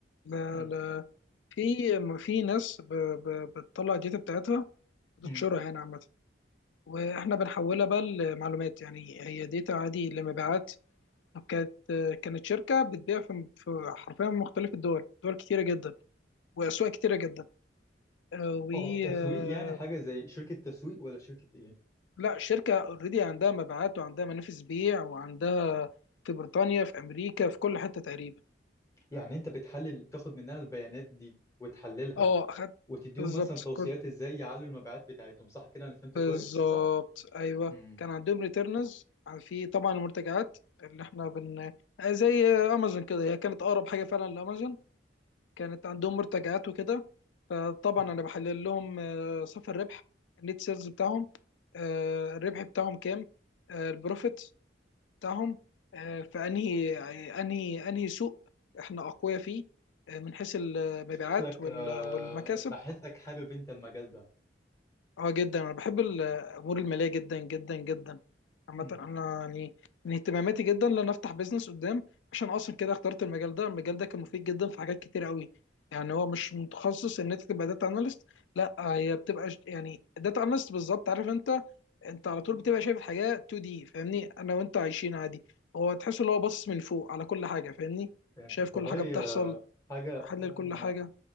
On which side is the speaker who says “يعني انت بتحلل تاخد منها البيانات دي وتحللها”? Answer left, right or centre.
Left